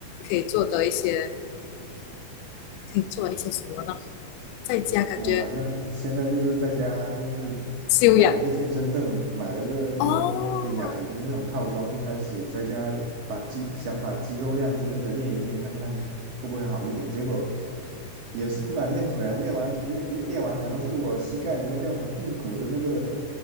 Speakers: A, on the left (about 90°); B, on the right (about 80°).
A: 可以做的一些可以做一些什么呢？在家感觉
B: 我反正现在就是在家，就是
A: 修养
B: 买了个健身凳，买了个那个那那个哑铃那种套装，
A: 哦，
B: 就开始在家把肌想把肌肉量之类的练一练，看看会不会好一点。结果也是不敢练腿啊，练完腿练练练完，可能是我膝盖人家叫什么髌骨的那个